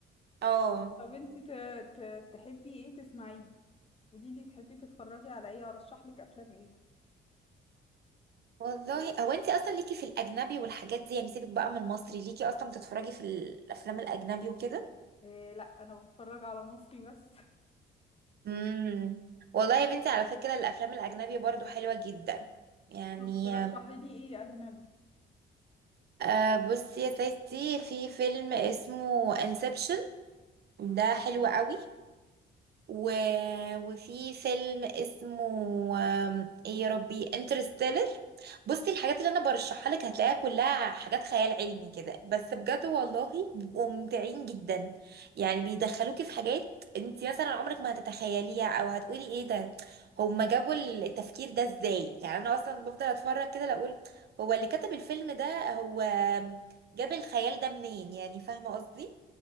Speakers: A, on the right; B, on the left.
A: اه
B: طب انتي ت... ت... تحبي ايه تسمعيه قولي لي تحبي تتفرجي على ايه ارشح لك افلام ايه
A: والله هو انت اصلا ليكي في الاجنبي والحاجات دي يعني سيبك بقى من المصري ليكي اصلا بتتفرجي في الافلام الاجنبي وكده
B: إيه لا انا بتفرج على مصري بس
A: امم والله يا بنتي على فكره الافلام الاجنبي برضو حلوه جدا
B: <laughs>
A: يعني
B: طب ترشحي لي ايه اجنبي
A: آه بصي يا ستي في فيلم اسمه انسبشن ده حلو قوي و... وفي فيلم اسمه آم، ايه يا ربي انترستيلر بصي الحاجات اللي انا برشحها لك هتلاقيها كلها حاجات خيال علمي كده بس بجد والله بيبقوا ممتعين جدا يعني بيدخلوكي في حاجات انت مثلا عمرك ما هتتخيليها او هتقولي ايه ده هما جابوا التفكير ده ازاي يعني انا اصلا بفضل اتفرج كده لا اقول هو اللي كتب الفيلم ده هو جاب الخيال ده منين يعني فاهمه قصدي